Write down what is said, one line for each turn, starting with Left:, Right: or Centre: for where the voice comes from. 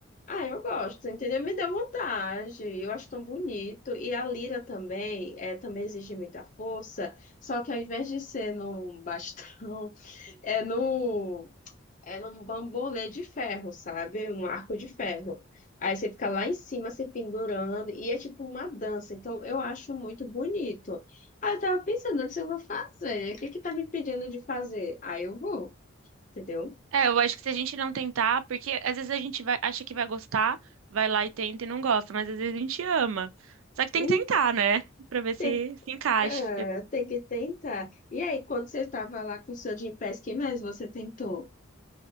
Left: Ah, eu gosto, entendeu? Me deu vontade. Eu acho tão bonito. E a lira também, é, também exige muita força. Só que ao invés de ser num bastão, <laughs> é no Era um bambolê de ferro, sabe? Um arco de ferro. Aí você fica lá em cima se pendurando e é tipo uma dança. Então eu acho muito bonito. Aí eu tava pensando se eu vou fazer. O que que tá me pedindo de fazer? Aí eu vou, entendeu?
Right: É, eu acho que se a gente não tentar, porque às vezes a gente vai, acha que vai gostar, vai lá e tenta e não gosta, mas às vezes a gente ama. Só que tem
Left: Hum,
Right: que tentar, né? Pra ver se
Left: Tem,
Right: se encaixa.
Left: é, tem que tentar. E aí, quando você tava lá com o seu Gympass, que mais você tentou?